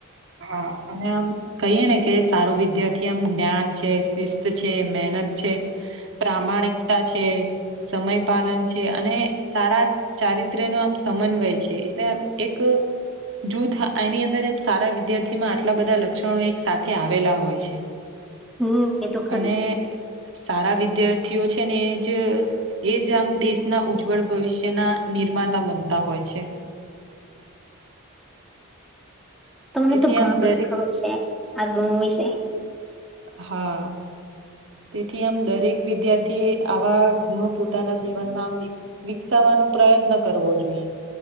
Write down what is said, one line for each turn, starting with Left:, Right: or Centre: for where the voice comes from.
Right: હા અને આમ કહીએ ને કે સારું વિધ્યાર્થી આમ જ્ઞાન છે, શિસ્ત છે, મેહ નત છે, પ્રામાણિકતા છે, સમય પાલન છે, અને સારા ચારિત્ર્યનો આમ સમન્વય છે, એટલે એક જૂથ એની અંદર એમ સારા વિદ્યાર્થીમાં આટલા બધા લક્ષણો એક સાથે આવેલા હોય છે.
Centre: હમ એ તો ખરું
Right: અને સારા વિદ્યા થી ઓ છે, ને એ જ એ જ આમ દેશના ઉજ્જવળ ભવિષ્યના નિર્માતા બનતા હોય છે.
Centre: તમને
Right: તેથી
Centre: તો ઘણું
Right: આમ
Centre: બધું
Right: દરેક
Centre: ખબર છે, આ ગુણો વિશે
Right: હા. તેથી આમ દરેક વિદ્યાર્થી એ આવા ગુણો પોતાના જીવનમાં વિ વિકસાવા નો પ્રયત્ન જોઈએ